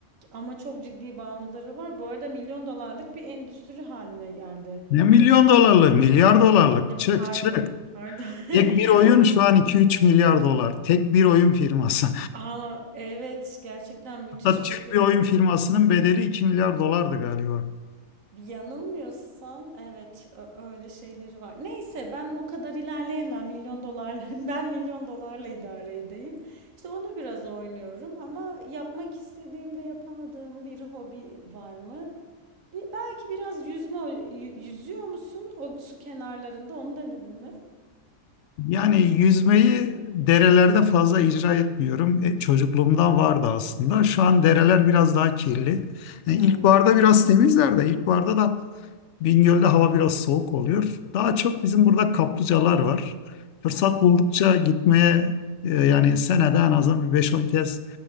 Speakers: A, on the right; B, on the left.
A: Ama çok ciddi bağımlıları var. Bu arada milyon dolarlık bir endüstri haline geldi.
B: ne milyon dolarlık, milyar dolarlık
A: Ya
B: çık
A: pardon,
B: çık.
A: pardon. <laughs>
B: Tek bir oyun
A: Ay,
B: şu an iki üç milyar dolar. Tek bir oyun firması.
A: ama evet gerçekten müthiş
B: <laughs> Hatta Türk
A: bir şey.
B: bir oyun firmasının bedeli 2 milyar dolardı galiba.
A: Yanılmıyorsam evet ö- öyle şeyleri var. Neyse ben o kadar ilerleyemem milyon dolar <laughs> ben milyon dolarla idare edeyim. İşte onu biraz oynuyorum ama yapmak istediğimde yapamadığım bir hobi var mı? Bir, belki biraz yüzme o- yü- yüzüyor musun o su kenarlarında onu denedin mi?
B: Yani yüzmeyi derelerde fazla icra etmiyorum. E, çocukluğumdan vardı aslında. Şu an dereler biraz daha kirli. Yani
A: Ha.
B: ilkbaharda biraz temizler de ilkbaharda da Bingöl'de hava biraz soğuk oluyor. Daha çok bizim burada kaplıcalar var. Fırsat
A: Ha.
B: buldukça gitmeye e, yani senede en azından bir beş on kez